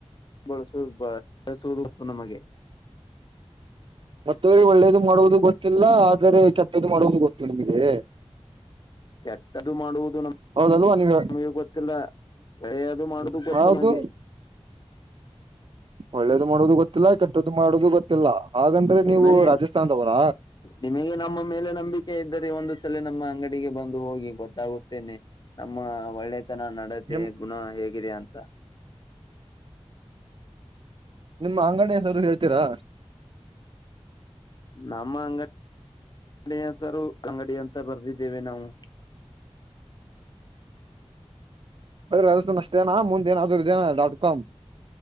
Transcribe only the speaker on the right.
ಮತ್ತೆ ಒಳ್ಳೇದು ಮಾಡುವುದು ಗೊತ್ತಿಲ್ಲ ಆದರೆ ಕೆಟ್ಟದು ಮಾಡುವುದು ಗೊತ್ತು ನಿಮಗೆ.
ಹೌದಲ್ವಾ ನೀವ್
ಹೌದು
ಒಳ್ಳೇದು ಮಾಡೋದು ಗೊತ್ತಿಲ್ಲ ಕೆಟ್ಟದು ಮಾಡೋದು ಗೊತ್ತಿಲ್ಲ ಹಾಗಂದ್ರೆ ನೀವು
ರಾಜಸ್ಥಾನದವರ.
ನಿಮ್
ನಿಮ್ಮ ಅಂಗಡಿ ಹೆಸರು ಹೇಳ್ತೀರಾ.
ಬರಿ <unintelligible> ಅಷ್ಟೇನಾ ಮುಂದೇನಾದ್ರು ಇದೇನ ಡಾಟ್ ಕಾಮ್.